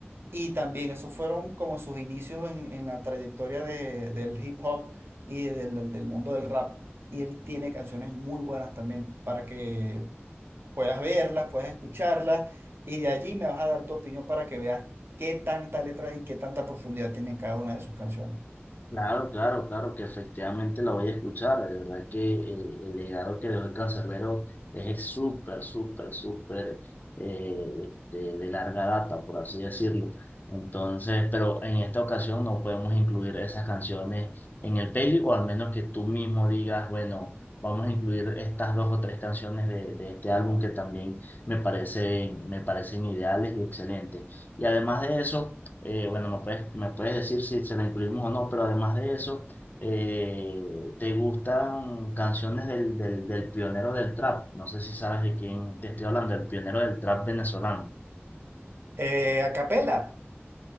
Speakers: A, on the right (about 60°); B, on the left (about 45°).
A: y también esos fueron como sus inicios en, en la trayectoria de- del hip hop y del, del mundo del rap. Y él tiene canciones muy buenas también para que puedas verlas, puedas escucharlas, y de allí me vas a dar tu opinión para que veas qué tanta letra y qué tanta profundidad tienen cada una de sus canciones.
B: Claro, claro, claro, que efectivamente la voy a escuchar. De verdad que eh, el legado que dejó el Canserbero es ex- súper, súper, súper eh, este, de larga data, por así decirlo. Entonces, pero en esta ocasión no podemos incluir esas canciones en el playlist o al menos que tú mismo digas, bueno, vamos a incluir estas dos o tres canciones de, de este álbum que también me parecen, me parecen ideales y excelentes. Y además de eso... Eh, bueno, me puedes, me puedes decir si se la incluimos o no, pero además de eso, eh, ¿te gustan canciones del, del, del pionero del trap? No sé si sabes de quién te estoy hablando, el pionero del trap venezolano.
A: Eh, a capela.